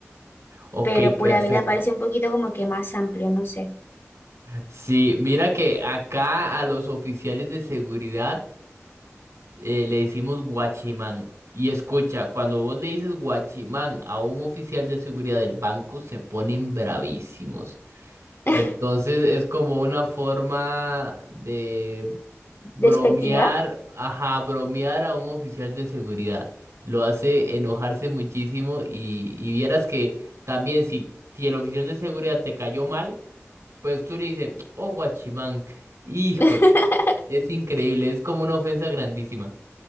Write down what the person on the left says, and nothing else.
pero
pura vida parece un poquito como que más amplio, no sé.
<laughs>
¿Despectiva?
<laughs>